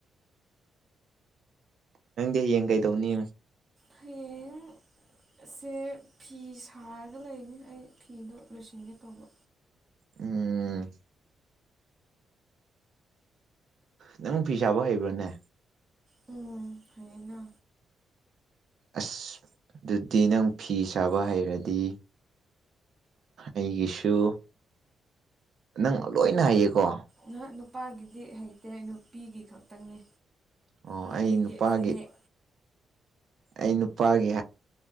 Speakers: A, on the right (about 50°); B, on the right (about 15°).
A: ꯅꯪꯗꯤ ꯍꯥꯌꯦꯡ ꯀꯩꯗꯧꯅꯤ
B: ꯍꯌꯦꯡ ꯁꯦ ꯐꯤ ꯁꯥꯔꯒ ꯂꯩꯅꯤ ꯑꯩ ꯐꯤꯗꯣ ꯂꯣꯏꯁꯤꯟꯒꯦ ꯇꯧꯕ
A: ꯎꯝ ꯅꯪ ꯐꯤ ꯁꯥꯕ ꯍꯩꯕ꯭ꯔꯥꯅꯦ
B: ꯎꯝ ꯍꯩꯌꯦꯅ
A: ꯑꯁ ꯑꯗꯨꯗꯤ ꯅꯪ ꯐꯤ ꯁꯥꯕ ꯍꯩꯔꯗꯤ ꯑꯩꯒꯤꯁꯨ ꯅꯪ ꯂꯣꯏꯅ ꯍꯩꯌꯦꯀꯣ
B: ꯅꯍꯥꯛ ꯅꯨꯄꯥꯒꯤꯗꯤ ꯍꯩꯇꯦ ꯅꯨꯄꯤꯒꯤ ꯈꯛꯇꯪꯅꯦ
A: ꯑꯣ
B: ꯅꯨꯄꯤꯒꯤ
A: ꯑꯩ ꯅꯨꯄꯥꯒꯤ
B: ꯐꯅꯦꯛ
A: ꯑꯩ ꯅꯨꯄꯥꯒꯤ